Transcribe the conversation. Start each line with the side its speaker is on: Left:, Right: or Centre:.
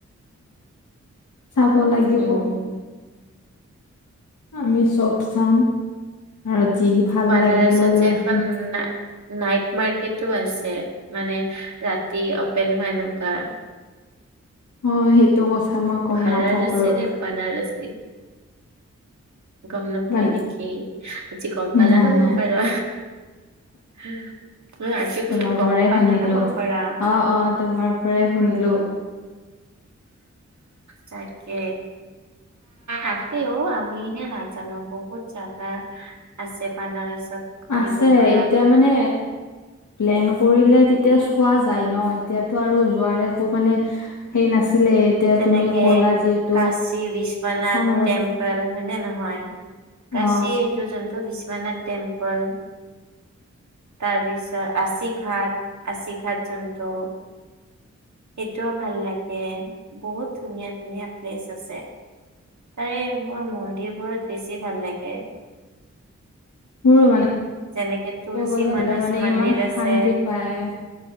Left: চাব লাগিব।
Right: উম
Left: আমি চব চাম আৰু যি ভাল
Right: বানাৰসত
Left: লাগে লৈও
Right: যে এখন
Left: আহিম।
Right: না নাইট মাৰ্কেটটো আছে মানে ৰাতি অপেন হোৱা এনেকুৱা-
Left: অ সেইটো কথা মই গম
Right: ভাৰাৰসী
Left: নাপাও বাৰু-
Right: নে বানাৰসী গম নাপোৱা
Left: মানে
Right: নেকেই আজি গম পালা
Left: নাই
Right: ন মোৰ
Left: নাই
Right: পৰা। উম। এ আজি বোলো
Left: তোমাৰ
Right: গম
Left: পৰাই
Right: পালা
Left: শুনিলো
Right: ন পৰা
Left: অ' অ' তোমাৰ পৰাই শুনিলো
Right: উম। তাকে। আছে অঁও আমি হে নাজানো বহুত জাগা- আছে বানাৰসত- ফুৰিব
Left: আছে
Right: পাৰা
Left: এতিয়া মানে। প্লেন কৰিলে তেতিয়া চোৱা যায় ন এতিয়াতো আৰু যোৱাৰ একো মানে- সেই নাছিলে- এতিয়া
Right: যেনেকে
Left: তুমি ক'লা যিহেতু
Right: কাশী বিশ্বনাথ
Left: চাম আৰু
Right: টেম্প, হয়নে নহয় কাশী
Left: অ
Right: এইটো জন্তু বিশ্বনাথ টেম্পল তাৰ পিছত পাছিঘাট পাছিঘাট জন্তু- সেইটোও ভাল লাগে বহুত ধুনীয়া ধুনীয়া প্লেচ আছে। তাৰে মোৰ মন্দিৰবোৰত বেছি ভাল লাগে।
Left: মোৰো মানে
Right: যেনেকে তুলসী
Left: ক'ব গ'লে হলে
Right: মানস
Left: মানে
Right: মন্দিৰ
Left: ইমান
Right: আছে।
Left: শান্তি পায়